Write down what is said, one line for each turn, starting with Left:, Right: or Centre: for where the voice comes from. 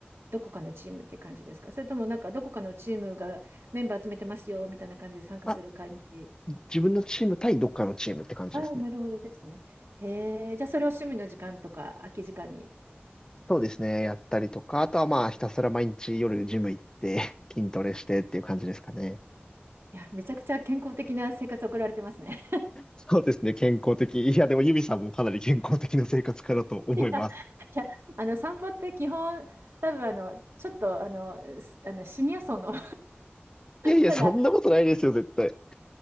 Right: どこかのチームって感じですかそれともなんかどこかのチームがメンバー集めてますよみたいな感じで参加する感じ。
Left: あ、自分のチーム対どっかのチームって感じですね。
Right: ああ、なるほどですね。へえ、じゃあそれを趣味の時間とか空き時間に。
Left: そうですね。やったりとか、あとはまあ、ひたすら毎日夜ジム行って、<laughs> 筋トレしてっていう感じですかね。
Right: いや、めちゃくちゃ健康的な生活を送られてますね。
Left: そうですね。健康的。いや、でもユミさんもかなり健康的な生活かなと思います。
Right: いや、いや、あの散歩って基本多分あのちょっとあのすあのシニア層の
Left: いやいや、
Right: <laughs>
Left: そんなことないですよ、
Right: ただ
Left: 絶対。